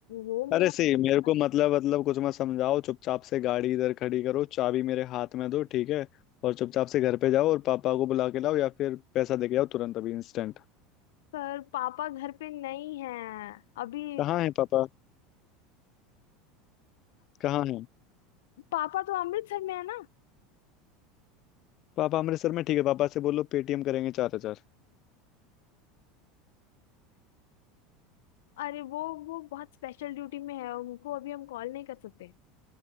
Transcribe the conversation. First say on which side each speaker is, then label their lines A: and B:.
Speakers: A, on the left; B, on the left.
A: वो मेरा
B: अरे सही
A: मतलब
B: मेरे
A: था
B: को मतलब मतलब कुछ मत समझाओ चुपचाप से गाड़ी इधर खड़ी करो चाबी मेरे हाथ में दो ठीक है और चुपचाप से घर पे जाओ और पापा को बुला के लाओ या फिर पैसा दे के आओ तुरंत अभी इंस्टेंट
A: सर पापा घर पे नहीं है अभी
B: कहाँ है पापा कहाँ है
A: पापा तो अमृतसर में है ना
B: पापा अमृतसर में ठीक है पापा से बोलो पेटीएम करेंगे चार हजार
A: अरे वो वो बहुत स्पेशल ड्यूटी में है उनको अभी हम कॉल नहीं कर सकते